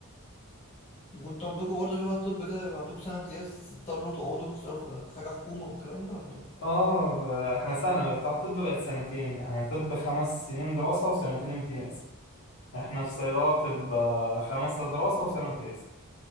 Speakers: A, on the left; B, on the left.
A: وانتوا عندكم برضه شبه الطب كده يبقى عندكم سنة امتياز تضطروا تقعدوا تشتغلوا في في حاجة حكومة والكلام ده ولا ايه؟
B: اه ب- احنا سنة بتاع طب بقت سنتين يعني طب خمس سنين دراسة وسنتين امتياز احنا في صيدلة بتبقى خمسة دراسة وسنة امتياز